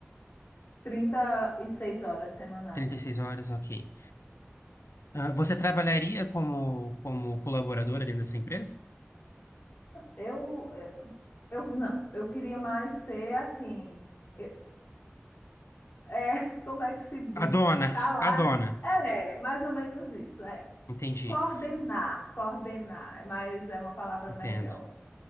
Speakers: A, on the left; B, on the left.
A: 36 horas semanais.
B: trinta e seis horas, ok. Ah, você trabalharia como, como colaboradora dentro dessa empresa?
A: Eu, eu, eu- não, eu queria mais ser assim, eu- é, <laughs> como é que se diz?
B: A dona,
A: Tá lá,
B: a dona.
A: é, mais ou menos isso, é.
B: Entendi,
A: Coordenar, coordenar, mas é uma palavra
B: entendo.
A: melhor,